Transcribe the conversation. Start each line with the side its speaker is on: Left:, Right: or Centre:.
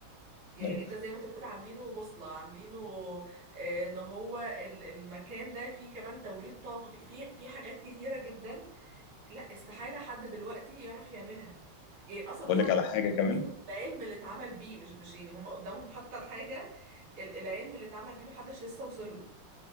Right: يعني
Left: أيوة.
Right: انت زي ما انت بتقول عاملينه بوصلة عاملينه آه، ان هو ال- المكان ده فيه كمان توليد طاقة فيه فيه فيه حاجات كتيرة جدا لا استحالة حد دلوقتي يعرف يعملها يعني اصلا
Left: أقول
Right: ما حدش
Left: لك على
Right: بيوصل
Left: حاجة كمان
Right: للعلم اللي اتعمل بيه مش مش يعني هم قدامهم حتى الحاجة ال- العلم اللي اتعمل بيه ما حدش لسه وصل له